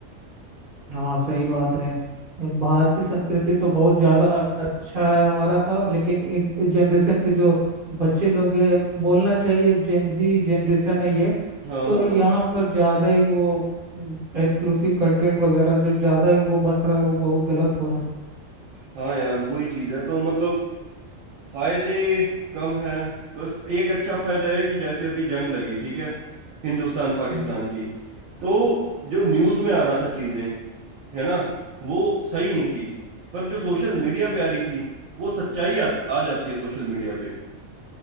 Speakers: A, on the right; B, on the right.
A: हाँ सही बात है भारतीय संस्कृति तो बहुत ज़्यादा अच्छा है हमारा था लेकिन इस जनरेशन के जो बच्चे लोग हैं, बोलना चाहिए जेनजी जनरेशन है ये
B: हाँ
A: तो
B: हाँ
A: यहाँ पर ज़्यादा ही वो एक्सक्लूसिव कंटेंट वगैरह जो ज़्यादा ही वो बन रहा है वो बहुत गलत हो रहा
B: हाँ यार वही चीज है तो मतलब फायदे कम है बस एक अच्छा फायदा है कि जैसे अभी जंग लगी ठीक है हिंदुस्तान पाकिस्तान
A: है
B: की तो जो न्यूज में आ रहा था चीजें है ना वो सही नहीं थी पर जो सोशल मीडिया पे आ रही थी वो सच्चाई आ, आ जाती है सोशल मीडिया पे